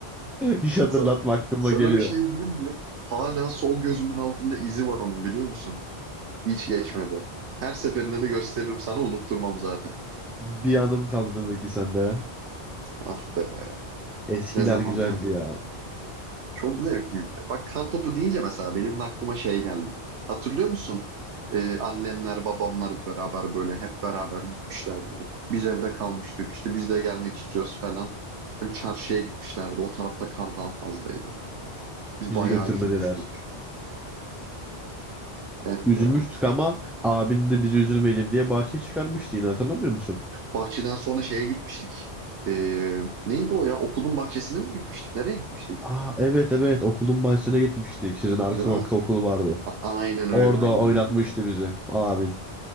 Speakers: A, on the right; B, in the centre.
A: <laughs>
B: Hiç hatırlatma
A: Sa-
B: aklıma
A: sana
B: geliyor.
A: bir şey diyeyim mi? Hala sol gözümün altında izi var onun biliyor musun? Hiç geçmedi. Her seferinde de gösteririm sana unutturmam zaten.
B: Bir anım kaldı demek ki sende.
A: Ah be
B: Eskiler
A: ne zamanlardı.
B: güzeldi ya.
A: Çok zevkliydi. Bak kar topu deyince mesela benim aklıma şey geldi. Hatırlıyor musun? Ee, annemler, babamlar beraber böyle hep beraber gitmişlerdi. Biz evde kalmıştık. İşte biz de gelmek istiyoruz falan. Böyle çarşıya gitmişlerdi. O tarafta kar daha fazlaydı. Biz
B: Bizi
A: bayağı
B: götürmediler.
A: üzülmüştük. Eh
B: Üzülmüştük
A: be.
B: ama abin de bizi üzülmeyelim diye bahçeye çıkarmıştı yine hatırlamıyor musun?
A: Bahçeden sonra şeye gitmiştik. Ee, neydi o ya? Okulun bahçesine mi gitmiştik? Nereye gitmiştik?
B: Aa evet evet okulun bahçesine gitmiştik. Sizin arka
A: Değil
B: sokakta
A: mi?
B: okul vardı.
A: A- aynen öyle,
B: Orada
A: aynen
B: oynatmıştı
A: öyle.
B: bizi abin.